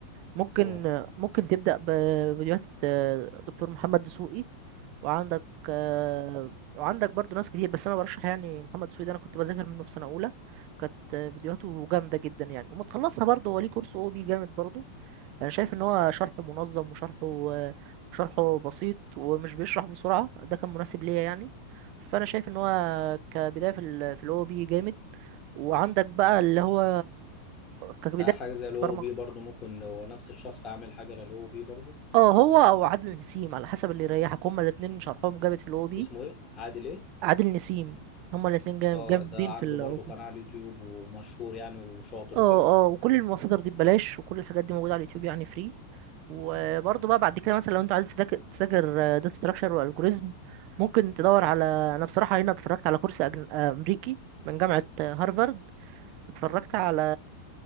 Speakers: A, on the right; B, on the left.
A: ممكن
B: اه
A: ممكن تبدأ بفيديوهات آه، دكتور محمد دسوقي وعندك آه، وعندك برضو ناس كتير بس انا برشح يعني محمد دسوقي ده انا كنت بذاكر منه في سنة اولى كانت آه، فيديوهاته جامدة جدا يعني ومتخلصها برضو هو ليه كورس او بي جامد برضو انا شايف ان هو شرح منظم وشرحه وشرحه بسيط ومش بيشرح بسرعه ده كان مناسب ليا يعني فانا شايف ان هو كبدايه في ال في الاو بي جامد وعندك بقى اللي هو كبدايه
B: آه، حاجه زي الاو
A: برمجه
B: بي برضو ممكن لو نفس الشخص عامل حاجه للاو بي برضو
A: اه هو او عادل نسيم على حسب اللي يريحك هما الاثنين شرحهم جامد في الاو بي
B: اسمه ايه عادل ايه
A: عادل نسيم هما الاثنين
B: اه
A: جامدين
B: ده عنده
A: في الاو
B: برضو
A: بي.
B: قناه على اليوتيوب ومشهور يعني وشاطر
A: اه
B: وكده
A: اه وكل المصادر دي ببلاش وكل الحاجات دي موجودة على اليوتيوب يعني فري وبرضه بقى بعد كده مثلا لو انت عايز تذاك- تذاكر داتا ستراكشر والجوريزم ممكن تدور على انا بصراحة هنا اتفرجت على كورس أجن... آه، امريكي من جامعة آه، هارفارد اتفرجت على